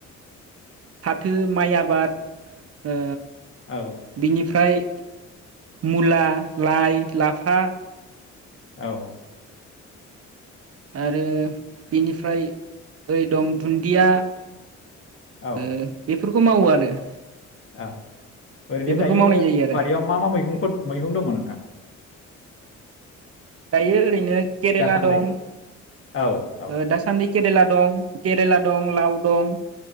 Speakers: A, on the right; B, on the left.
A: फाथो माइ आबाद ओ।
B: औ
A: बिनिफ्राय। मुला लाइ लाफा।
B: औ।
A: आरो बेनिफ्राय ओरै दं दुन्दिया। ओ
B: औ
A: बे। बे फोरफोरखौ मावो आरो।
B: औ ओरैनो
A: बेफोरखौ
B: दायो
A: मावनाय जायो आरो
B: बारियाव मा-मा मैगंफोर मैगं दङ नोंथां।
A: दायो ओरैनो केरेला
B: दासान्दै?
A: दं
B: औ औ
A: ओ दासान्दि। केेरेला दं केरेला दं लाव दं।